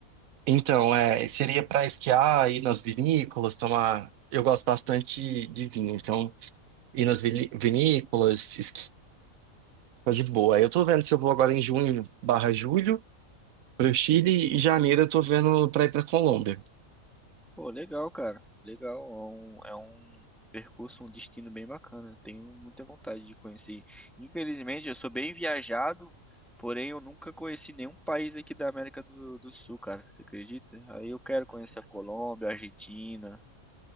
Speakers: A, on the right; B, in the centre.
A: Então, é, seria para esquiar, ir nas vinícolas, tomar. Eu gosto bastante de vinho, então ir nas vini- vinícolas, esquiar de boa. Eu tô vendo se eu vou agora em junho barra julho para o Chile e janeiro eu tô vendo para ir para Colômbia.
B: Pô, legal, cara. Legal. É um, é um percurso, um destino bem bacana. Eu Tenho muita vontade de conhecer. Infelizmente, eu sou bem viajado, porém eu nunca conheci nenhum país aqui da América do, do Sul, cara. Você acredita? Aí eu quero conhecer a Colômbia, a Argentina.